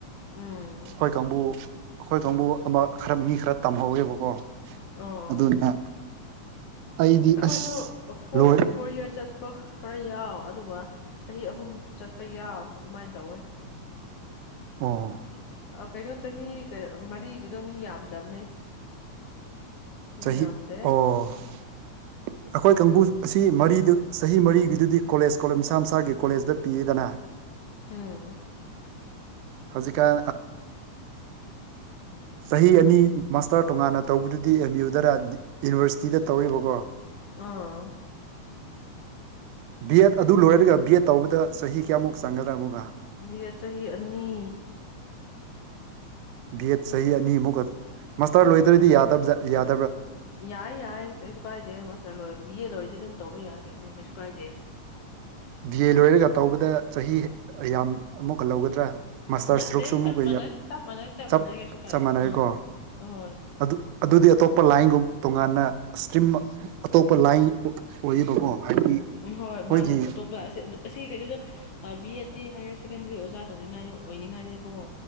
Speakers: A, on the left (about 80°); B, on the right (about 85°).
A: ꯎꯝ
B: ꯍꯣꯏ ꯀꯥꯡꯕꯨ ꯑꯩꯈꯣꯏ ꯀꯥꯡꯕꯨ ꯑꯃ ꯈꯔ ꯃꯤ ꯈꯔ ꯇꯝꯍꯧꯋꯦꯕꯀꯣ
A: ꯑꯣ
B: ꯑꯗꯨꯅ ꯑꯩꯗꯤ
A: ꯑꯩꯈꯣꯏꯁꯨ
B: ꯑꯁ
A: ꯐꯣꯔ
B: ꯂꯣꯏ
A: ꯐꯣꯔ ꯌꯔꯁ ꯆꯠ ꯑꯣ ꯈꯔ ꯌꯥꯎ ꯑꯗꯨꯒ ꯆꯍꯤ ꯑꯍꯨꯝ ꯆꯠꯄ ꯌꯥꯎ ꯑꯗꯨꯃꯥꯏꯅ ꯇꯧꯋꯦ
B: ꯑ
A: ꯑ ꯀꯩꯅꯣ ꯆꯍꯤ ꯃꯔꯤꯒꯤꯗꯣ ꯃꯤ ꯌꯥꯝꯗꯕꯅꯦ ꯃꯤ
B: ꯆꯍꯤ
A: ꯌꯥꯝꯗꯦ
B: ꯑꯣ ꯑꯩꯈꯣꯏ ꯀꯥꯡꯕꯨ ꯑꯁꯤ ꯃꯔꯤꯗꯨ ꯆꯍꯤ ꯃꯔꯤꯒꯤꯗꯨꯗꯤ ꯀꯣꯂꯦꯖꯣ ꯃꯁꯥ ꯃꯁꯥꯒꯤ ꯀꯣꯂꯦꯖꯇ ꯄꯤꯌꯦꯗꯅ
A: ꯎꯝ
B: ꯍꯧꯖꯤꯛꯀꯥꯟ ꯆꯍꯤ ꯑꯅꯤ ꯃꯥꯁꯇꯔ ꯇꯣꯉꯥꯟꯅ ꯇꯧꯕꯗꯨꯗꯤ ꯑꯦꯝ ꯌꯨꯗꯔ ꯌꯨꯅꯤꯚꯔꯁꯤꯇꯤꯗ ꯇꯧꯋꯦꯕꯀꯣ
A: ꯑꯥ
B: ꯕꯤ ꯑꯦꯗ ꯑꯗꯨ ꯂꯣꯏꯔꯒ ꯕꯤ ꯑꯦꯠ ꯇꯧꯕꯗ ꯆꯍꯤ ꯀꯌꯥꯃꯨꯛ ꯆꯪꯒꯗ꯭ꯔꯥ ꯑꯃꯨꯛꯒ
A: ꯕꯤ ꯆꯍꯤ ꯑꯅꯤ
B: ꯚꯠ ꯆꯍꯤ ꯑꯅꯤꯃꯨꯛ ꯃꯁꯇꯔ ꯂꯣꯏꯗ꯭ꯔꯗꯤ
A: ꯑꯥ
B: ꯌꯥꯗꯕ ꯌꯥꯗ
A: ꯌꯥꯏ ꯌꯥꯏ ꯀꯩꯁꯨ ꯀꯥꯏꯗꯦ ꯃꯥꯁꯇꯔ ꯂꯣꯏꯔ ꯕꯤ ꯑꯦ ꯂꯣꯏꯔꯗꯤ ꯑꯗꯨꯝ ꯇꯧꯕ ꯌꯥꯏ ꯀꯩꯅꯣ ꯀꯩꯁꯨ ꯀꯥꯏꯗꯦ
B: ꯕꯤ ꯑꯦ ꯂꯣꯏꯔꯒ ꯇꯧꯕꯗ ꯆꯍꯤ ꯌꯥꯝ ꯑꯃꯨꯛꯀ ꯂꯧꯒꯗ꯭ꯔꯥ ꯃꯥꯁꯇꯔ
A: ꯅꯠꯇꯦ
B: ꯁꯔꯨꯛꯁꯨ ꯑꯃꯨꯛꯞ
A: ꯆꯞ ꯃꯥꯟꯅꯩ ꯆꯞ ꯃꯥꯟꯅꯩ
B: ꯆꯞ
A: ꯃꯥꯟꯅꯩ ꯀꯩꯁꯨ ꯀꯥꯏ
B: ꯃꯥꯟꯅꯩꯀꯣ
A: ꯑꯥ ꯑꯍꯣꯏ
B: ꯑꯗꯨ ꯑꯗꯨꯗꯤ ꯑꯇꯣꯞꯄ ꯂꯥꯏꯟꯒꯨꯝ ꯇꯣꯉꯥꯟꯅ ꯏꯁꯇ꯭ꯔꯤꯝ ꯑꯇꯣꯞꯄ ꯂꯥꯏꯟ ꯑꯣꯏꯌꯦꯕꯀꯣ ꯍꯥꯏꯕꯗꯤ
A: ꯎꯝ ꯍꯣꯏ
B: ꯑꯩꯈꯣꯏꯒꯤ
A: ꯃꯥꯅꯦ ꯑꯇꯣꯞꯄ ꯑꯁꯤ ꯀꯩꯩꯅꯣꯗ ꯕꯤ ꯑꯦꯗ ꯇꯤ ꯍꯥꯌꯌꯔ ꯁꯦꯀꯦꯟꯗꯔꯤ ꯑꯣꯖꯥ ꯇꯧꯅꯤꯡꯉꯥꯏꯅꯦꯕ ꯑꯣꯏꯅꯤꯡꯉꯥꯏꯅꯦꯕꯀꯣ